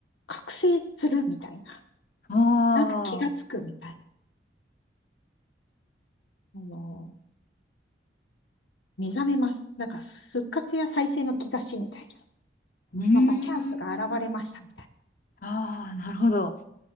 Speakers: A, on the left; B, on the left.
A: 覚醒するみたいな。<laughs>
B: あ
A: なんか気がつくみたい
B: あ、
A: な。あの、目覚めます。なんか復活や再生の兆しみたいな。
B: うーん。
A: またチャンスが現れましたみたい
B: ああ、なるほど。